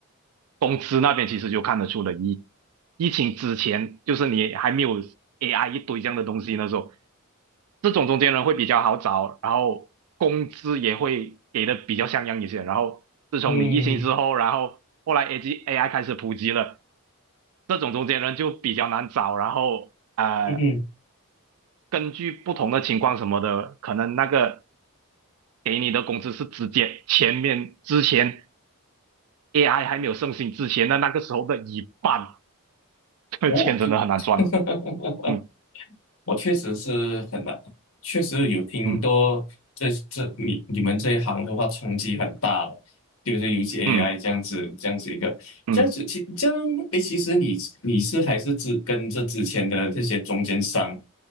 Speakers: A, on the right; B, on the left.
A: 工资那边其实就看得出了疫疫情之前，就是你还没有 AI 一堆这样的东西那时候，这种中间人会比较好找，然后工资也会给的比较像样一些。然后自从你疫情之后，
B: 嗯
A: 然后后来 A G A I 开始普及了，这种中间人就比较难找。然后呃，
B: 嗯嗯，
A: 根据不同的情况什么的，可能那个给你的工资是直接前面之前 AI 还没有盛行之前的那个时候的一半。<laughs> 这钱真的很难赚。
B: 哦，就 <laughs>，
A: 嗯
B: 我确实是很难，确实有听多这这你你们这一行的话冲击很大了，
A: 嗯
B: 就是尤其 AI
A: 嗯
B: 这样子这样子一个这样子其这样诶，
A: 嗯，
B: 其实你你是还是只跟这之前的这些中间商，